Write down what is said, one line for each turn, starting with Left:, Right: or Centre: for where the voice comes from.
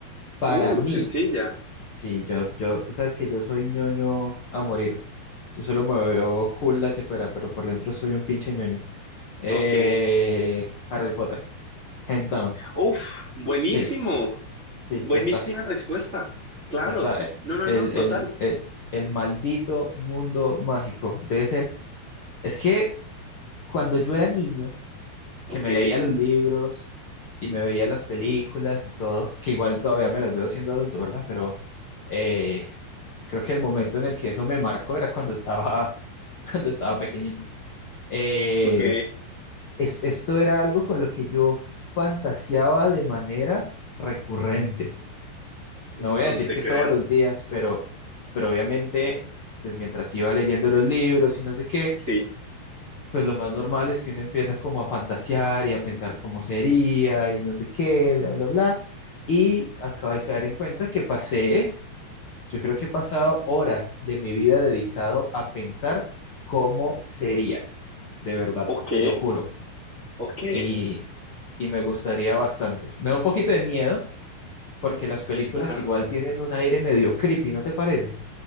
Left: Para
Right: Uh,
Left: mí,
Right: sencilla,
Left: sí, yo, yo, tú sabes que yo soy ñoño a morir. Yo solo me veo cool hacia afuera, pero por dentro soy un pinche ñoño. Eh,
Right: ok.
Left: Harry Potter, hands down.
Right: Uf, buenísimo,
Left: Sí, sí,
Right: buenísima
Left: ya está.
Right: respuesta, claro.
Left: Está
Right: No, no,
Left: el,
Right: no, total.
Left: el, el, el maldito mundo mágico. Debe ser. Es que cuando yo era niño,
Right: Ok,
Left: que me leía los libros y me veía las películas y todo, que igual todavía me las veo siendo adulto, ¿verdad? Pero eh, creo que el momento en el que eso me marcó era cuando estaba, <laughs> cuando estaba pequeñito. Eh,
Right: ok.
Left: es- esto era algo con lo que yo fantaseaba de manera recurrente no
Right: Wow,
Left: voy a decir
Right: no te
Left: que
Right: creo.
Left: todos los días, pero, pero obviamente, pues mientras iba leyendo los libros y no sé qué,
Right: Sí.
Left: pues lo más normal es que uno empieza como a fantasear y a pensar cómo sería y no sé qué, bla, bla, bla. Y acabo de caer en cuenta que pasé, yo creo que he pasado horas de mi vida dedicado a pensar cómo sería, de verdad,
Right: Ok,
Left: te lo juro.
Right: ok.
Left: Y, y me gustaría bastante. Me da un poquito de miedo porque las películas
Right: Claro.
Left: igual tienen un aire medio creepy, ¿no te parece?